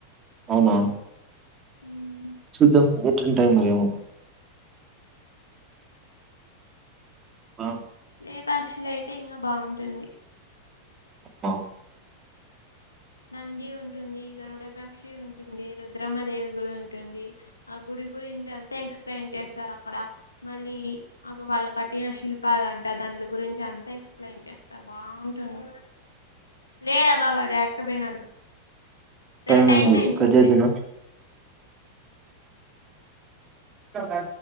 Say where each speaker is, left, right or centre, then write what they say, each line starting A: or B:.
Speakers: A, on the right; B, on the left.
A: అవునా
B: హ్మ్
A: చూద్దాం <unintelligible> ఆ
B: లేపాక్షి లో అయితే ఇంకా బాగుంటుంది
A: అ
B: నంది ఉంటుంది గరుడపక్షి ఉంటుంది రుద్రమ్మ దేవి కూడా ఉంటుంది ఆ గుడి గురించి అంతా ఎక్స్ప్లెయిన్ చేస్తారు అక్కడ మళ్ళీ అ వాళ్ళ కట్టిన శిల్పాలంటే గురించింత ఎక్స్ప్లెయిన్ చేస్తాం బాగుంటుంది లేడవా వాడి అటకపోయినాడు సరే
A: టైం
B: టైమ
A: అయింది
B: చూడమే
A: కట్ చేద్దునా సా